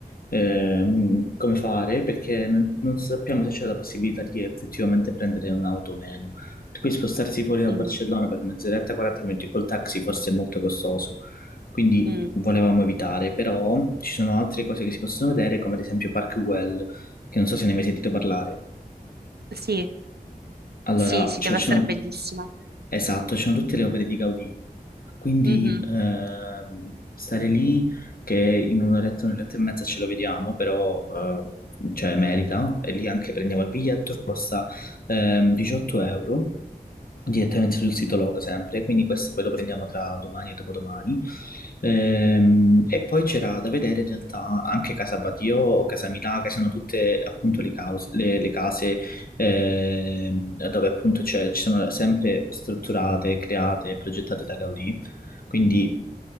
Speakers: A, on the left; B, on the right.
A: ehm, come fare perché non, non sappiamo se c'è la possibilità di effettivamente prendere un'auto o meno. Per cui spostarsi fuori da
B: Mm,
A: Barcellona per mezz'oretta, 40 minuti col taxi forse è molto costoso. Quindi
B: mm,
A: volevamo evitare, però ci sono altre cose che si possono vedere, come ad esempio Park Güell, che non so se ne hai mai sentito parlare.
B: Sì,
A: Allora,
B: Sì, sì,
A: cioè,
B: deve
A: ci
B: essere
A: sono
B: bellissimo.
A: Esatto, ci sono tutte le opere di Gaudì. Quindi
B: Mhm.
A: ehm, stare lì, che in un'oretta, un'oretta e mezza ce lo vediamo, però eh, cioè, merita. E lì anche prendiamo il biglietto che costa ehm, 18 euro direttamente sul sito loro sempre, quindi questo poi lo prendiamo tra domani e dopodomani. Ehm, e poi c'era da vedere in realtà anche Casa Batio, Casa Milà, che sono tutte appunto le, caus- le- le case ehm, dove appunto c'è- ci sono sempre strutturate, create e progettate da Gaudì, quindi